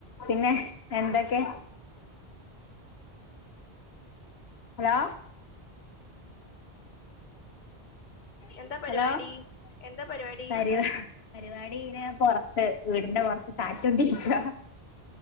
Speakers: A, on the left; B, on the left.
A: പിന്നെ എന്തൊക്കെ ഹലാ
B: എന്താ പരിപാടി
A: ഹലോ
B: എന്താ പരിപാടി
A: പരിപാ പരിപാടി ഇങ്ങനെ പുറത്ത് വീടിന്റെ പുറത്ത് കാറ്റ് കൊണ്ട് ഇരിക്കുവാ